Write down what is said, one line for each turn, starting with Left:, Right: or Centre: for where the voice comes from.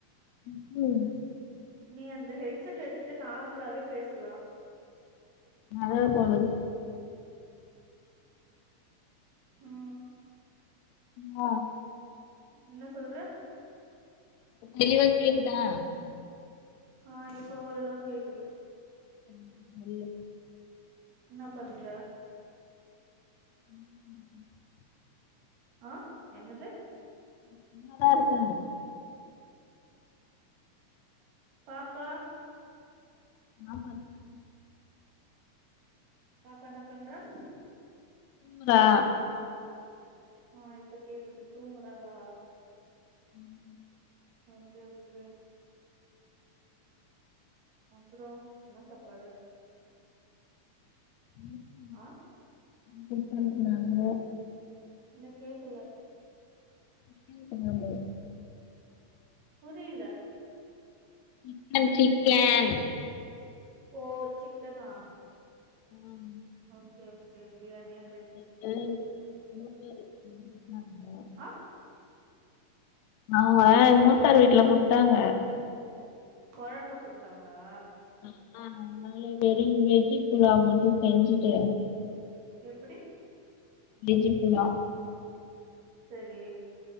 Left: ம் ம்
Right: நீ அந்த ஹெட்செட் எடுத்துட்டு நார்மலாவே பேசலா
Left: நல்லாருக்குல அது
Right: ஆ
Left: அ
Right: என்ன சொல்ற
Left: தெளிவா கேக்குதா
Right: ஆ இப்ப ஓரளவு கேக்குது
Left: ம் நல்ல
Right: என்னா பண்ற
Left: <inaudible>
Right: ஆ என்னது
Left: சும்மாதா இருக்க
Right: பாப்பா
Left: நா பாத்தே
Right: பாப்பா என்ன பண்றா
Left: தூங்குறா
Right: ஆ இப்ப கேக்குது தூங்குறாளா
Left: ம்
Right: ஓகே ஓகே அப்ரோ என்ன சாப்பாடு
Left: மேகி
Right: ஆ
Left: கூப்ட்ரன் சொன்னாங்க
Right: இல்ல கேக்கல
Left: ஃபீல் பன்னாங்க
Right: புரில
Left: சிக்கன் சிக்கன்
Right: ஓ சிக்கனா
Left: ஆம்
Right: ஓகே ஓகே பிரியாணிய
Left: <unintelligible>
Right: ஆ
Left: ஆங்க மூத்தார் வீட்டுல குடுத்தாங்க
Right: கொழம்பு குடுத்தாங்களா
Left: ஆ அ நாங்க தெரி வெஜ்சிபுலாவ் மட்டு செஞ்சுட்டு
Right: எப்டி
Left: வெஜ்ஜிப்புலாவ்
Right: செரி